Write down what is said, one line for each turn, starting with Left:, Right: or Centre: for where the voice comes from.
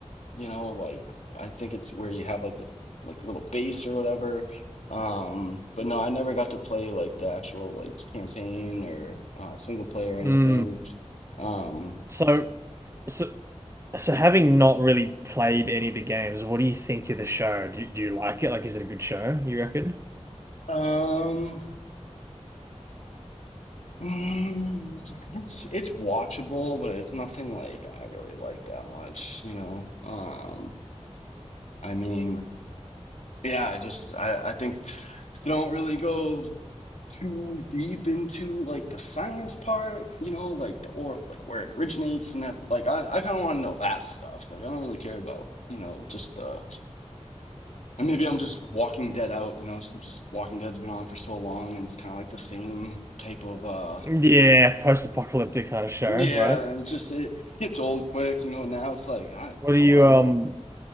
Left: you know like i think it's where you have like the like little base or whatever um but no i never got to play like the actual like campaign or uh single player or anything
Right: Mm.
Left: um
Right: So so so having not really played any of the games, what do you think of the show? Do, do you like it? Like, is it a good show, you reckon?
Left: um mm, it's it's it's watchable but it's nothing like i really like that much you know um i mean yeah i just i i think they don't really go too deep into like the science part, you know, like the or like where it originates and that like I, I kind of want to know that stuff. Like I don't really care about, you know, just the and maybe I'm just Walking Dead out, you know, s- just Walking Dead's been on for so long and it's kind of like the same type of uh
Right: Yeah, post-apocalyptic kind of show,
Left: yeah,
Right: right?
Left: and just it gets old quick, you know. Now it's like I
Right: What
Left: I
Right: do you
Left: want to
Right: um
Left: know.